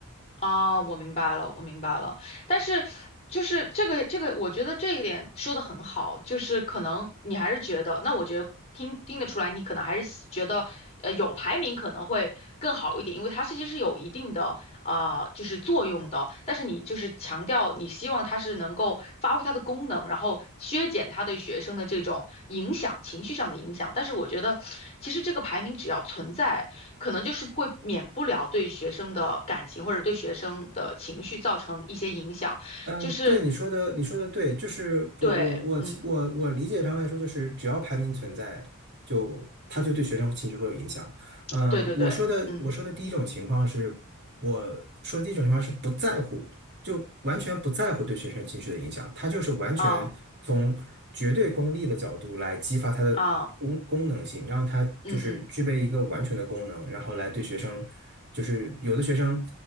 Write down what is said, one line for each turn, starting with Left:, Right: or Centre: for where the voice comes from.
Left: 啊，我明白了，我明白了。但是，就是这个这个，我觉得这一点说的很好，就是可能你还是觉得，那我觉得听听得出来，你可能还是喜觉得，呃，有排名可能会更好一点，因为它是其实际是有一定的。啊，就是作用的，但是你就是强调你希望它是能够发挥它的功能，然后削减它对学生的这种影响，情绪上的影响。但是我觉得，其实这个排名只要存在，可能就是会免不了对学生的感情或者对学生的情绪造成一些影响，
Right: 嗯，
Left: 就是
Right: 对你说的，你说的对，就是不，
Left: 对，
Right: 我我其我我理解上来说，
Left: 嗯，
Right: 就是只要排名存在，就他就对学生情绪会有影响。嗯，
Left: 对对对，
Right: 我说的我说的第一种情况是，
Left: 嗯，
Right: 我说的第一种情况是不在乎，就完全不在乎对学生情绪的影响，他就是完全从绝对功利的角度来激发它的功功能性，
Left: 啊啊，
Right: 让它就是具备一个完全的功能，
Left: 嗯嗯，
Right: 然后来对学生，就是有的学生。